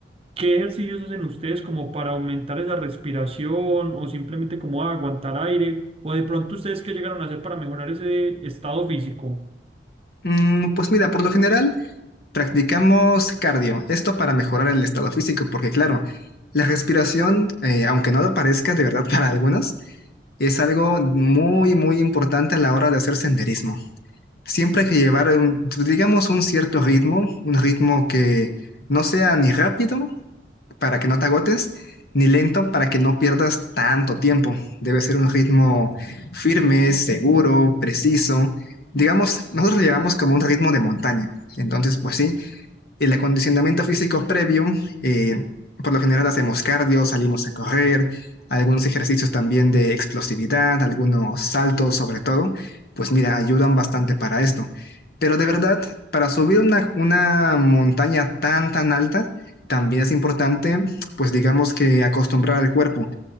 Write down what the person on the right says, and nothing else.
¿Qué ejercicios hacen ustedes como para aumentar esa respiración o simplemente como aguantar aire? ¿O de pronto ustedes qué llegaron a hacer para mejorar ese estado físico?